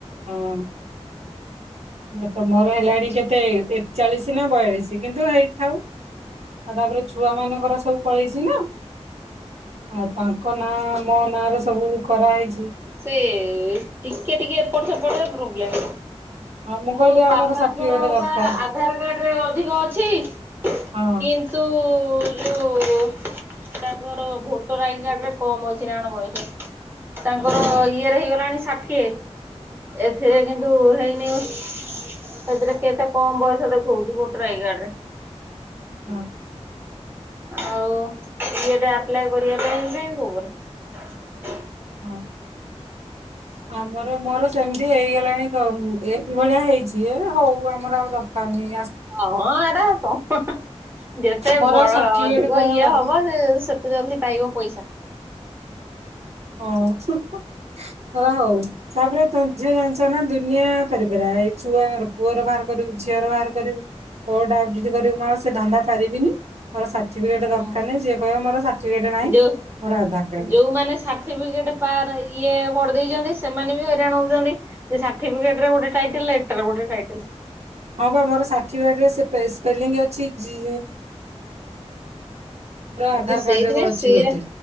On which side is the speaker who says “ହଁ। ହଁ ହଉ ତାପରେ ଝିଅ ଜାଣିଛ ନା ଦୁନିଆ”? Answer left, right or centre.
Right